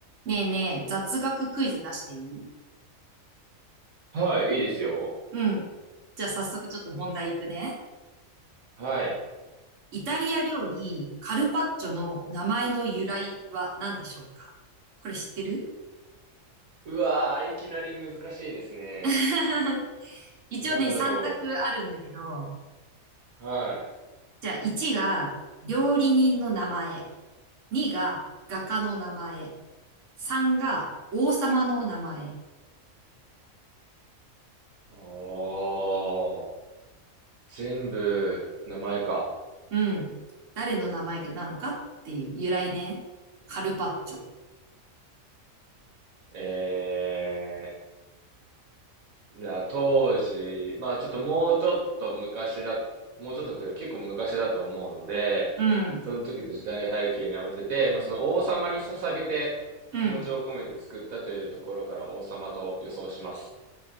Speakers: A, on the right; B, on the right.
A: ねえねえ、雑学クイズ出していい
B: はい、いいですよ。
A: うん。じゃあ早速ちょっと問題いくね。
B: はい。
A: イタリア料理、カルパッチョの名前の由来は何でしょうかこれ知ってる
B: うわー、いきなり難しいですね。
A: <laughs> 一応ね、
B: なんだろ
A: 3択あるんだけど、
B: う。はい。
A: じゃあ1が料理人の名前、2が画家の名前、3が王様の名前。
B: ああ、全部、名前か。
A: うん。誰の名前なのかっていう由来ね。カルパッチョ。
B: えー、じゃあ当時、まあちょっともうちょっと昔だ、もうちょっとっていうか結構昔だと思うので、
A: うん。
B: その時の時代背景に合わせて、まあその王様に捧げて気持ちを込めて作ったというところから王様と予想します。
A: うん。